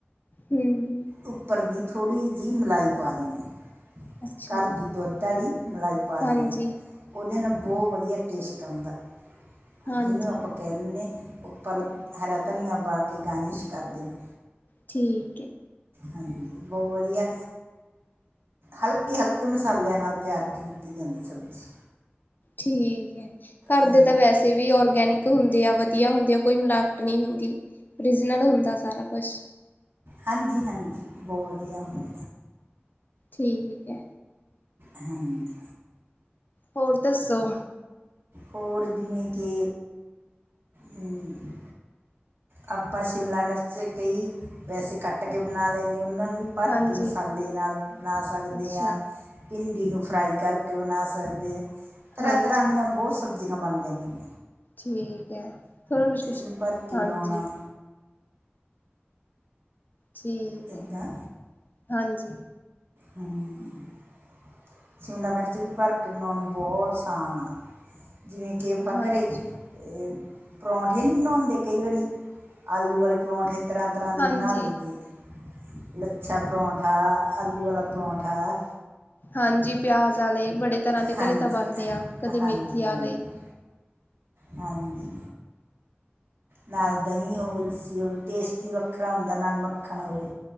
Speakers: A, on the left; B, on the right.
A: ਹਮ
B: ਉਪਰ ਦੀ ਥੋੜ੍ਹੀ ਜਿਹੀ ਮਲਾਈ ਪਾ ਦੇਣੀ ਆ।
A: ਅੱਛਾ
B: ਘਰ ਦੀ ਦੁੱਧ ਆਲੀ ਮਲਾਈ ਪਾ
A: ਹਾਂਜੀ
B: ਦੇਨੀ ਆ। ਉਹਦੇ ਨਾਲ ਬਹੁਤ ਵਧੀਆ ਟੇਸਟ ਆਂਦਾ
A: ਹਾਂਜੀ
B: ਜਿਹਨੂੰ ਆਪਾਂ ਨਾ ਦਿੰਨੇ ਆ ਉੱਪਰ ਹਰਾ ਧਨੀਆ ਪਾ ਕੇ ਗਾਰਨਿਸ਼ ਕਰ ਦਿੰਨੇ ਨੇ।
A: ਠੀਕ ਹੈ।
B: ਹਾਂਜੀ ਬਹੁਤ ਵਧੀਆ ਹਲਕੇ ਹਲਕੇ ਮਸਾਲਿਆਂ ਨਾਲ ਤਿਆਰ ਕੀਤੀ ਜਾਂਦੀ ਸਬਜ਼ੀ।
A: ਠੀਕ ਹੈ ਘਰਦੇ
B: ਹਾਂਜੀ
A: ਤਾਂ ਵੈਸੇ ਵੀ ਔਰਗੈਨਿਕ ਹੁੰਦੇ ਆ ਵਧੀਆ ਹੁੰਦੇ ਆ ਕੋਈ ਮਿਲਾਵਟ ਨਹੀਂ ਹੁੰਦੀ। ਓਰੀਜਨਲ ਹੁੰਦਾ ਸਾਰਾ ਕੁਛ।
B: ਹਾਂਜੀ ਹਾਂਜੀ ਬਹੁਤ ਵਧੀਆ ਹੁੰਦੇ
A: ਠੀਕ ਐ।
B: ਹਾਂਜੀ
A: ਹੋਰ ਦੱਸੋ?
B: ਹੋਰ ਜਿਵੇਂ ਕਿ ਹੂੰ <inaudible> ਆਪਾਂ ਸ਼ਿਮਲਾ ਮਿਰਚ ਕਈ ਵੈਸੇ ਕੱਟ ਬਣਾ ਲੈਂਦੇ ਉਹਨਾਂ ਨੂੰ ਵੀ ਭਰ
A: ਹਾਂਜੀ
B: ਕੇ ਮਸਾਲੇ ਨਾਲ ਬਣਾ ਸਕਦੇ
A: ਅੱਛਾ
B: ਆਂ। ਭਿੰਡੀ ਨੂੰ ਫਰਾਈ ਕਰਕੇ ਬਣਾ ਸਕਦੇ ਆ ਤਰ੍ਹਾਂ
A: ਹਾਂਜੀ
B: ਤਰ੍ਹਾਂ ਦੀਆਂ ਬਹੁਤ ਸਬਜ਼ੀਆਂ ਬਣ ਜਾਂਦੀਆਂ ਨੇ।
A: ਠੀਕ ਹੈ ਤਹਾਨੂੰ ਕੁ ਕੁਛ
B: ਨੂੰ ਭਰ
A: <inaudible>
B: ਕੇ
A: ਹਾਂਜੀ
B: ਬਣਾਉਣਾ
A: ਠੀਕ
B: ਇੱਦਾਂ
A: ਐ <inaudible> ਹਾਂਜੀ
B: ਹਮ <inaudible> ਸ਼ਿਮਲਾ ਮਿਰਚ ਵੀ ਭਰ ਕੇ ਬਣਾਉਣੀ ਬਹੁਤ ਆਸਾਨ ਆ ਜਿਵੇਂ ਕਿ ਆਪਾਂ
A: ਹਾਂਜੀ
B: ਘਰੇ ਏ ਪਰੌਂਠੇ ਨਹੀਂ ਬਣਾਉਂਦੇ ਕਈ ਵਾਰੀ। ਆਲੂ ਵਾਲੇ ਪਰੌਂਠੇ ਤਰ੍ਹਾਂ - ਤਰ੍ਹਾਂ ਦੇ ਬਣਾ
A: ਹਾਂਜੀ
B: ਲਈਦੇ। ਲੱਛਾ ਪਰੌਂਠਾ ਆ, ਆਲੂ ਵਾਲਾ ਪਰੌਂਠਾ ਆ।
A: ਹਾਂਜੀ ਪਿਆਜ਼ ਆਲੇ ਬੜੇ ਤਰ੍ਹਾਂ ਦੇ
B: ਹਾਂਜੀ
A: ਘਰੇ ਤਾਂ ਬਣਦੇ ਆ ਕਦੇ ਮੇਥੀ
B: ਹਾਂਜੀ ਹਾਂਜੀ
A: ਆਲੇ।
B: ਹਾਂਜੀ ਨਾਲ ਦਹੀਂ ਓਟਸ ਟੇਸਟ ਹੀ ਵੱਖਰਾ ਹੁੰਦਾ ਨਾਲ ਮੱਖਣ ਹੋਵੇ।